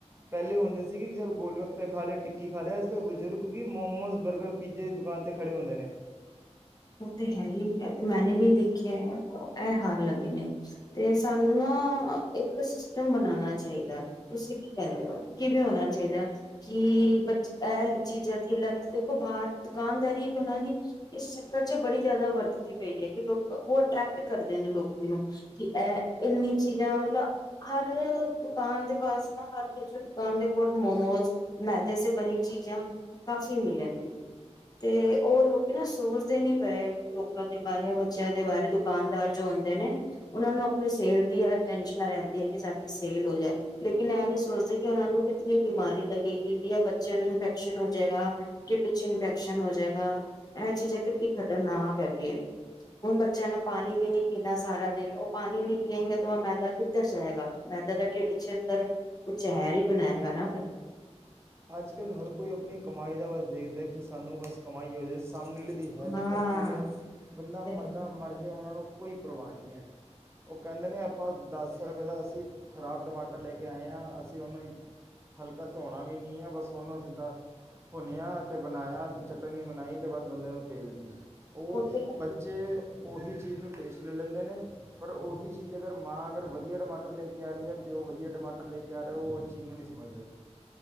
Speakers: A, on the right; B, on the left.
A: ਪਹਿਲੇ ਹੁੰਦੇ ਸੀ। ਕਿ ਚੱਲ ਗੋਲਗੱਪੇ ਖਾ ਲਏ, ਟਿੱਕੀ ਖਾ ਲਏ ਅੱਜ ਕੱਲ੍ਹ ਬਜ਼ੁਰਗ ਵੀ ਮੋਮੋਸ ਬਰਗਰ ਪੀਜੇ ਦੇ ਦੁਕਾਨ 'ਤੇ ਖੜ੍ਹੇ ਹੁੰਦੇ ਨੇ,
B: ਉਹ ਤੇ ਹੈ ਹੀ ਹੈ। ਤੇ ਮੈਨ ਵੀ ਦੇਖਿਆ। ਇਹ ਹਾਰ ਲੱਗੇ ਨੇ ਤੇ ਸਾਨੂੰ ਨਾ ਇੱਕ ਸਿਸਟਮ ਬਣਾਉਣਾ ਚਾਹੀਦਾ। ਤੁਸੀਂ ਕੀ ਕਹਿੰਦੇ ਹੋ? ਕਿਵੇਂ ਹੋਣਾ ਚਾਹੀਦਾ ਕਿ ਬਚ ਇਹ ਚੀਜ਼ਾਂ ਦੀ ਲੱਤ ਦੇਖੋ ਬਾਹਰ ਦੁਕਾਨਦਾਰੀ ਵੀ ਉਹਨਾਂ ਦੀ। ਖਰਚੇ ਬੜੀ ਜ਼ਿਆਦਾ ਵੱਧਦੀ ਪਈ ਹੈ। ਕਿ ਲੋਕ ਉਹ ਅਟਰ੍ਰੈਕਟ ਕਰਦੇ ਨੇ ਲੋਕੀ ਨੂੰ ਕਿ ਇਹ ਇੰਨੀ ਚੀਜ਼ਾਂ ਮਤਲਬ ਹਰ ਦੁਕਾਨ ਦੇ ਪਾਸ ਨਾ ਹਰ ਦੂਜੇ ਦੁਕਾਨ ਦੇ ਕੋਲ ਮੋਮੋਸ ਮੈਦੇ ਸੇ ਬਣੀ ਚੀਜ਼ਾਂ ਕਾਫ਼ੀ ਮਿਲਣ ਨੇ ਤੇ ਉਹ ਲੋਕ ਨਾ ਸੋਸ। ਸੋਚ ਦੇ ਪਏ ਲੋਕਾਂ ਦੇ ਬਾਰੇ ਜਾਂ ਬੱਚਿਆਂ ਦੇ ਬਾਰੇ ਦੁਕਾਨਦਾਰ ਜੋ ਹੁੰਦੇ, ਨੇ ਉਹਨਾਂ ਨੂੰ ਆਪਣੀ ਸੇਲ ਦੀ ਆ ਟੈਨਸ਼ਨਾਂ ਰਹਿੰਦੀ ਹੈ। ਕਿ ਸਾਡੀ ਸੇਲ ਹੋ ਜਾਏ, ਲੇਕਿਨ ਇਹ ਨੀ ਸੋਚਦੇ। ਕਿ ਉਹਨਾਂ ਨੂੰ ਕਿਤਨੀ ਬਿਮਾਰੀ ਲੱਗੇਗੀ ਜਾਂ ਬੱਚਿਆਂ ਨੂੰ ਇਨਫੈਕਸ਼ਨ ਹੋ ਜਾਏਗਾ ਟਿੱਡ ਚ ਇੰਨਫੈਕਸ਼ਨ ਹੋ ਜਾਏਗਾ। ਇਹ ਚੀਜ਼ਾਂ ਕੀਤੀ ਖ਼ਤਰਨਾਕ ਹੈਗੀ ਹੈ। ਹੁਣ ਬੱਚਿਆਂ ਨੂੰ ਪਾਣੀ ਵੀ ਨੀ ਪੀਣਾ ਸਾਰਾ ਦਿਨ ਉਹ ਪਾਣੀ ਨੀ ਪੀਏਗੇ ਨਾ ਤਾਂ ਉਹ ਮੈਦਾ ਕਿੱਧਰ ਜਾਏਗਾ। ਮੈਦਾ ਦਾ ਢਿੱਡ ਚ ਅੰਦਰ ਕੁ ਜ਼ਹਿਰ ਹੀ ਬਣਾਏਗਾ ਨਾ ਫਿਰ
A: ਅੱਜ ਕੱਲ੍ਹ ਹਰ ਕੋਈ ਆਪਣੀ ਕਮਾਈ ਦਾ ਬਸ ਦੇਖਦਾ। ਕਿ ਸਾਨੂੰ ਬਸ ਕਮਾਈ ਹੋ ਜਾਏ। ਸਾਹਮਣੇ ਦੀ ਹੈਲਥ
B: ਹਾਂ
A: ਦਾ ਕੀ ਹੈ। ਬੰਦਾ
B: ਉਹ
A: ਮਰਦਾ
B: ਤੇ ਹੈ ਹੀ,
A: ਮਰਜ਼ੇ ਔਹਨਾਂ ਨੂੰ। ਕੋਈ ਪਰਵਾਹ ਨਹੀਂ ਹੈ ਉਹ ਕਹਿੰਦੇ ਨੇ ਆਪਾਂ ਦਸ ਰੁਪਏ ਦਾ ਅਸੀਂ ਖ਼ਰਾਬ ਟਮਾਟਰ ਲੈ ਕੇ ਆਏ ਹਾਂ ਅਸੀਂ ਉਹਨੂੰ ਹੀ ਹਲਕਾ ਧੋਣਾ ਨਹੀਂ ਆ ਬਸ ਉਹਨੂੰ ਸਿੱਧਾ ਭੁੰਨਿਆ ਤੇ ਬਣਾਇਆ, ਤੇ ਚਟਣੀ ਬਣਾਈ ਤੇ ਬਸ ਬੰਦੇ ਨੂੰ ਭੇਜਤੀ। ਔਹ
B: ਉਹ ਤੇ ਹੈ
A: ਬੱਚੇ,
B: ਹੀ,
A: ਉਹੀ ਚੀਜ਼ ਨੂੰ ਟੇਸਟ ਲੈ ਲੈਂਦੇ ਨੇ। ਪਰ ਉਹੀ ਚੀਜ਼ ਅਗਰ ਮਾਂ ਅਗਰ ਵਧੀਆ ਟਮਾਟਰ ਲੈ ਕੇ ਆ ਰਹੀ ਹੈ। ਪਿਓ ਵਧੀਆ ਟਮਾਟਰ ਲੈ ਕੇ ਆ ਰਿਹਾ ਹੈ। ਉਹ ਇਸ ਚੀਜ਼ ਨੂੰ ਨਹੀਂ ਸਮਝਦੇ।